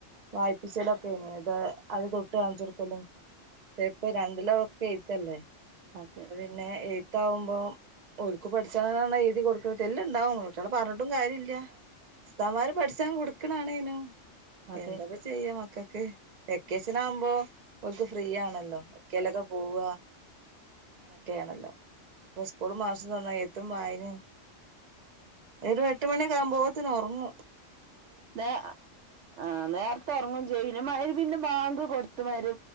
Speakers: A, on the right (about 40°); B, on the right (about 70°).
A: വായിപ്പിച്ചലൊക്കെ <unintelligible> അത തൊട്ട് കാണിച്ചുടുക്കലും ചേപ്പ രണ്ടിലോ ഒക്കെ യ്ത്തല്ലേ
B: അതെ
A: അപ്പൊ പിന്നെ എയ്ത്തകുമ്പോ <unintelligible> പഠിച്ചാലാണ് എഴുതി കൊടുക്കുന്നത് തല്ണ്ടാവും പറഞ്ഞിട്ടും കാര്യ പുസ്താമാര് പഠിച്ചാൻ കൊടുക്കണണനും
B: അതെ
A: എന്താപ്പ ചെയ്യ ഒക്കൊക്കെ വെക്കേഷൻ ആവുമ്പോ അവക്ക് ഫ്രീ ആണല്ലോ ഒരിക്കലൊക്കെ പോവ അനൊക്കെയാണല്ലോ, ഇപ്പോ സ്കൂൾ മാസന്നാ എത്തും വായന ഒരു എട്ട് മണിക്കാകുമ്പോത്തിന് ഒറങ്ങും
B: നേ, ആ, നേരത്തെ ഉറങ്ങും ചെയ്യും ന്നെ മഇരിബിന്റെ പിന്നെ ബാങ്ക് കൊടുത്ത്, മരു